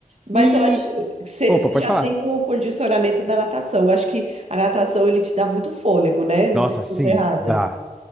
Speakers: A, on the right; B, in the centre.
A: Mas
B: E.
A: eu acho que você
B: Opa,
A: você
B: pode
A: já
B: falar.
A: tem o condicionamento da natação. Eu acho que a natação ele te dá muito fôlego, né? Não
B: Nossa,
A: sei se
B: sim,
A: eu tô errada.
B: dá.